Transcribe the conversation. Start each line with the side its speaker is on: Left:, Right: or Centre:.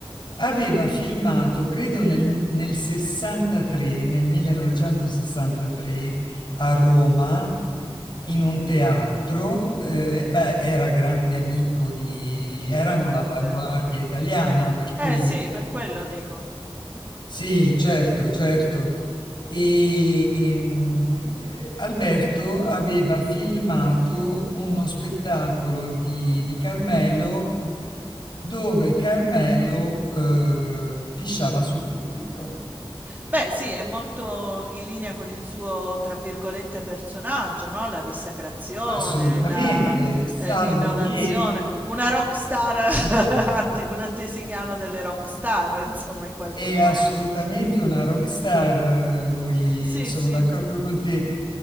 Left: aveva filmato, credo nel, nel 63, nel 1963, a Roma, in un teatro. eh, beh, era grande amico di...
Right: di
Left: erano
Right: Carmelo
Left: l'avanguardia
Right: Bene.
Left: italiana, per cui
Right: Eh sì, per quello dico.
Left: sì, certo, certo. E, ehm, Alberto aveva filmato uno spettacolo di, di Carmelo dove Carmelo eh, pisciava sul pubblico.
Right: Beh, sì, è molto in linea con il suo, tra virgolette, "personaggio", no, la dissacrazione,
Left: Grazie. Assolutamente,
Right: la
Left: salvo
Right: ehm, l'innovazione,
Left: che
Right: una rock star <laughs> ante un antesignano delle rock star, insomma, in qualche
Left: È
Right: modo.
Left: assolutamente una rockstar eh, lui,
Right: Sì,
Left: sono
Right: sì.
Left: d'accordo con te.